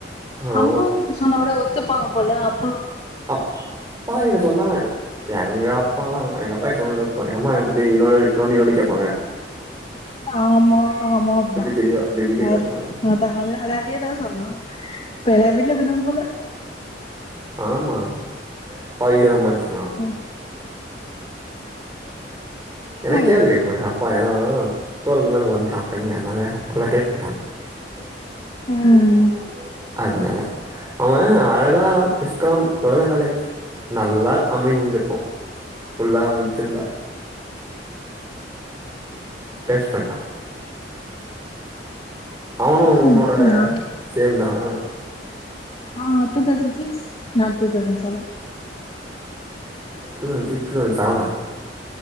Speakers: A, on the right (about 20°); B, on the left (about 35°).
A: ஓ
B: அம்மா கிட்ட சொன்னாகூட ஒத்துப்பாங்க போ போல அப்
A: அப்பா கிட்ட சொன்னா எங்க அப்பாலா எங்க அப்பாகிட்ட <unintelligible> அம்மா வந்து நோன்டி நோன்டி நோன்டி கேட்பாங்க
B: ஆமா ஆமா அப்டிதா
A: எப்டி தெரியு அப்டி இப்டி கேட்டுனு
B: வேர
A: இருப்பாங்க
B: அதா அதா அதாது அதேதா சொன்னா இப்ப எல்லார் வீட்டுலயு அப்டிதா போல
A: ஆமா <unintelligible>
B: ம்
A: <unintelligible> என்ன
B: ம்
A: கேள்வி கேக்க மாட்டாரு அப்பா ஏனா தோலுக்கு மேல வளந்துட்டா பைய அதனால அவ்ளா கேக்க மாட்டாங்க <unintelligible>
B: ம்
A: அத்னால அவுங்க அழகா விஸ்காம் லயோலா காலேஜ் நல்லா அமஞ்சந்திருக்கூ புஃல்லா முச்சிர்ந்தா பேஸ் ஃபண்டா அவனு
B: ம்
A: உன்னோட
B: நா
A: சேம் தனா
B: ஆ அவ டூ தௌசண் சிக்ஸ் நா two thousand seven
A: two thousand six <unintelligible> சவனா